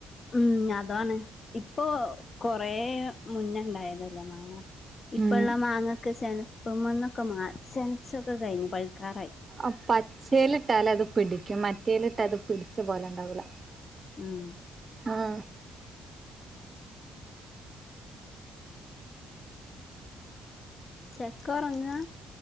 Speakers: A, on the left; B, on the right.
A: ഉം അതാണ്. ഇപ്പൊ കൊറെ മുന്ന് ഉണ്ടായതല്ലേ മാങ്ങ. ഇപ്പൊള്ള
B: ഉം
A: മാങ്ങാക്ക് ചെനപ്പന്നൊക്കെ മാറി. ചെനച്ചൊക്കെ കഴിഞ്ഞു. പഴിക്കാറായി.
B: ആ പച്ചയിലിട്ടാല് അത് പിടിക്കും. മറ്റേയിലിട്ടത് പിടിച്ച പോലെ ഉണ്ടാവൂല.
A: ഉം
B: ആഹ്
A: ചെക്കൊറങ്ങാ?